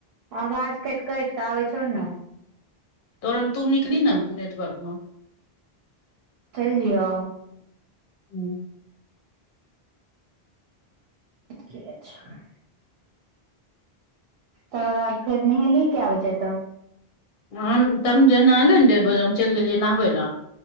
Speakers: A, on the right (about 75°); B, on the left (about 60°).
A: आवाज काटि काटि कऽ आबै छौ न
B: तरन् तू निकली ना नेटवर्क मे
A: चैल जियो
B: हूँ
A: ठ अच्छा <unintelligible> तकर बाद फेर नहेली कए बजे तब
B: हम तहन न जहिना एयलै ने डेढ़ बजे हम चलि गेलियै नहबै लए